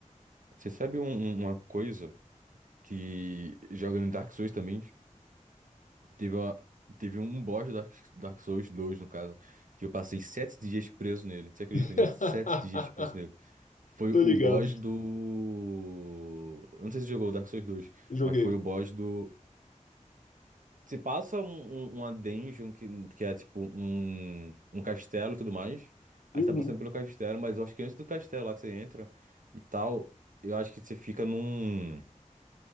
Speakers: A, on the right; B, on the left.
A: você sabe um- um- uma coisa que jogando Dark Souls também. Teve, uma, teve um boss do Dark, Dark Souls dois no caso, que eu passei sete dias preso nele. Você acredita
B: <laughs>
A: nisso? Sete dias preso nele. Foi
B: Tô
A: o
B: ligado,
A: boss do. Eu não sei se você jogou o Dark Souls dois
B: joguei.
A: mas foi o boss do. Você passa um, um- uma dungeon que, que é tipo um, um castelo e tudo mais.
B: Uhum.
A: Aí você tá passando pelo castelo, mas eu acho que antes do castelo lá que você entra e tal, eu acho que você fica num